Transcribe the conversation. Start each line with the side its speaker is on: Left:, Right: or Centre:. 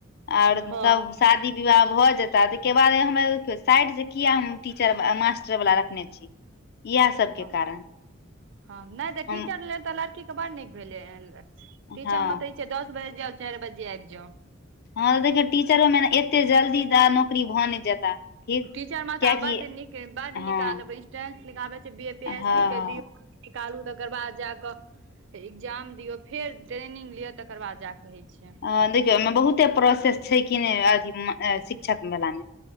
Left: आओर
Right: हँ
Left: तब शादी विवाह भऽ जेता ताहिके बाद हम साइडसँ किया हम टीचर मास्टर वला रखने छी <unintelligible>
Right: हँ
Left: कारण
Right: हँ नहि तऽ
Left: हम
Right: टीचर लेल तऽ लड़की केँ बड़ नीक भेलै टीचर
Left: हँ
Right: मऽ इ छै दस बाजे जाउ चार बाजे आबि जाउ
Left: हँ तऽ देखियौ टीचरो मे नऽ एते जल्दी त नौकरी भऽ नहि जेता ठीक
Right: टीचर म
Left: कियाकि
Right: तऽ आब बड नीक बड
Left: हँ
Right: निकाल इंटेंस निकाल छै B A P S
Left: हँ
Right: C केँ दिऔ निकालू तकर बाद जा कऽ एकग्जाम दियौ फेर ट्रेनिंग लियअ तकर बाद जाकऽ होैइ छै
Left: हँ देखियौ ओहिमे बहुते प्रोसेस छै कि नै अथि शिक्षक बलामे